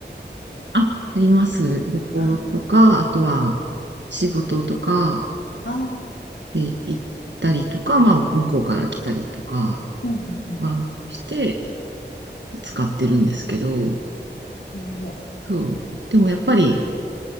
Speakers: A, on the right; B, on the left.
A: あ、あります。旅行とか、
B: あ
A: あとは仕事とか
B: あ、ああ、
A: で行ったりとか、まあ、向こうから来たりとか
B: うんうんうん。
A: はして使ってるんですけど、
B: なるほど。
A: そう。でもやっぱり、